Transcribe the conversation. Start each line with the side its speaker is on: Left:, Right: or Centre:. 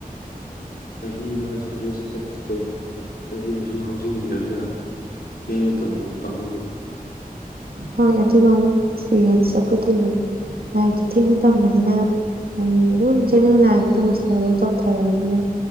Left: ꯆꯍꯤ ꯃꯥꯏ ꯁꯥꯔꯚꯤꯁ ꯑꯦꯛꯁꯇꯣ ꯆꯍꯤꯗꯣ ꯁꯨꯝ ꯍꯧꯖꯤꯟꯒꯔꯥꯒ ꯊꯦꯡꯅ ꯇꯧꯕꯗꯤ ꯄꯥꯃꯨꯏꯌꯦꯕ
Right: ꯍꯣꯏ ꯑꯗꯨꯒ ꯑꯃꯨꯛ ꯑꯦꯛꯁꯄꯤꯔꯤꯌꯦꯟꯁ ꯑꯩꯈꯣꯏꯗꯤ ꯑꯃꯨꯛ ꯂꯥꯏꯔꯤꯛꯇꯨ ꯊꯦꯡꯅ ꯇꯝꯕꯅꯤꯅ ꯍꯥꯏꯗꯤ ꯑꯗꯨꯝ ꯖꯦꯅꯔꯦꯜ ꯂꯥꯏꯟꯁꯤꯗ ꯃꯥꯁꯇꯔꯕꯧ ꯇꯧꯊꯔꯛꯑꯕꯅꯤꯅ